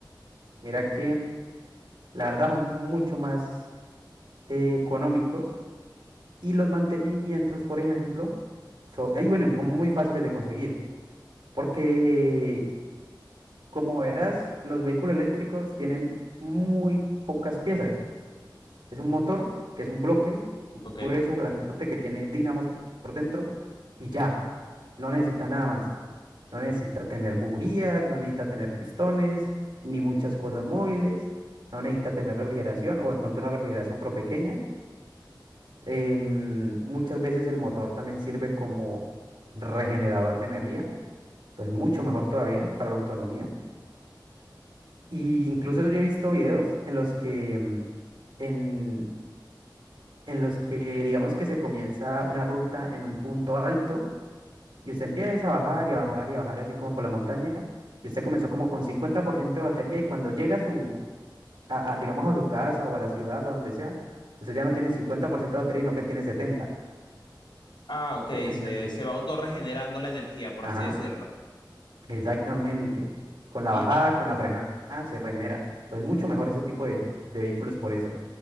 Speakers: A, on the right; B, on the left.
A: Mira que la verdad son mucho más eh, económicos Y los mantenimientos, por ejemplo, son, bueno, son muy fáciles de conseguir, porque como verás, los vehículos eléctricos tienen muy pocas piezas. Es un motor, que es un bloque
B: ¿ok?
A: grueso, grandote, que tiene dínamos por dentro y ya, no necesita nada más. No necesita tener bujías, no necesita tener pistones, ni muchas cosas móviles, no necesita tener refrigeración o de pronto una refrigeración pro pequeña Em, muchas veces el motor también sirve como regenerador de energía, entonces mucho mejor todavía para la autonomía. Y incluso yo he visto videos en los que, em, en, en los que digamos que se comienza una ruta en un punto alto y usted empieza a bajar y a bajar y a bajar así como por la montaña y usted comenzó como con 50% de batería y cuando llega a su, a- a, digamos a su casa o a la ciudad o donde sea, usted ya no tiene 50% de batería, sino que tiene 70.
B: Ah, ok,
A: Imagínate.
B: se, se va autorregenerando la energía, por
A: Ajá.
B: así decirlo.
A: Exactamente. Con la
B: Y,
A: bajada, con la frenada, se regenera. Pues es mucho mejor ese tipo de, de vehículos por eso.